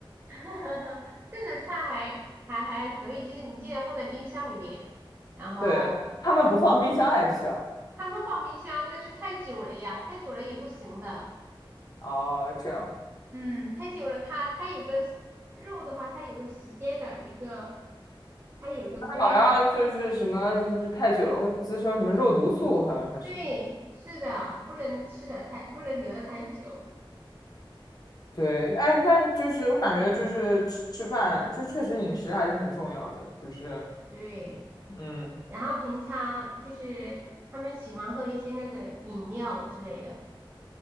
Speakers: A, on the right (about 20°); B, on the left (about 45°).
A: <laughs> 炖的菜还还还可以，就是你尽量放在冰箱里面，然后
B: 对，他们不放冰箱来吃啊？
A: 他们放冰箱，但是太久了呀，太久了也不行的。
B: 哦、这样，
A: 嗯，太久了它，它有个肉的话，它有个时间的一个，它有个规，
B: 他好像就是什么就是太久了会滋生什么肉毒素，还有还是什么？
A: 对，是的，不能吃的太，不能留的太久，
B: 对，那那就是我感觉就是吃吃饭，就确实饮食还是很重要的，就是
A: 对。
B: 嗯，
A: 然后平常就是他们喜欢喝一些那个饮料之类的，